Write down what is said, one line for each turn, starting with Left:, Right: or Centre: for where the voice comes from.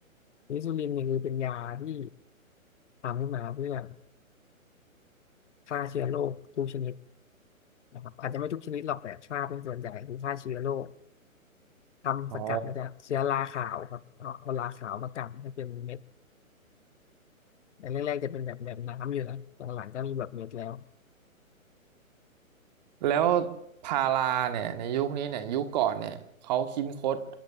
Left: เพนิซิลลินเนี่ยคือเป็นยาที่ทำขึ้นมาเพื่อฆ่าเชื้อโรคทุกชนิดนะครับอาจจะไม่ทุกชนิดหรอกแต่ฆ่าเป็นส่วนใหญ่คือฆ่าเชื้อโรค ทำสกัดมาจากเชื้อราขาวครับเอาเอาราขาวมากันให้เป็นเม็ด
Right: อ๋อ
Left: ในแรกๆจะเป็นแบบแบบน้ำอยู่นะหลังๆก็มีแบบเม็ดแล้ว
Right: แล้วพาราเนี่ยในยุคนี้เนี่ยยุคก่อนเนี่ยเขาคิดค้น